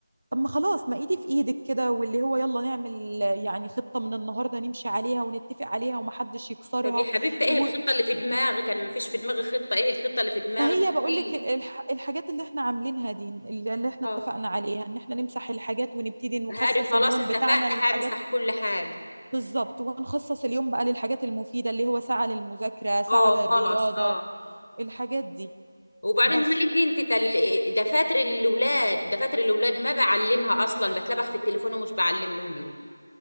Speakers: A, on the right; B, on the left.
A: طب ما خلاص ما ايدي في ايدك كده واللي هو يلا نعمل يعني خطة من النهاردة نمشي عليها ونتفق عليها ومحدش يكسرها
B: طب يا حبيبتي ايه
A: و...
B: الخطة اللي في دماغك انا مفيش في دماغي خطة ايه الخطة اللي في دماغك
A: ما هي بقول
B: ايه
A: لك الح... الحاجات اللي احنا عاملينها دي اللي اللي احنا
B: اه
A: اتفقنا عليها ان احنا نمسح الحاجات ونبتدي نخصص
B: هاري خلاص
A: اليوم
B: اتفقت
A: بتاعنا للحاجات
B: همسح كل حاجة
A: بالظبط ونخصص اليوم بقى للحاجات المفيدة اللي هو ساعة للمذاكرة ساعة
B: اه
A: للرياضة
B: خلاص اه
A: الحاجات دي
B: وبعدين
A: بس
B: مالك انت تل... دفاتر الاولاد دفاتر الاولاد ما بعلمها اصلا بتلبخ في التليفون ومش بعلم لهم إيه.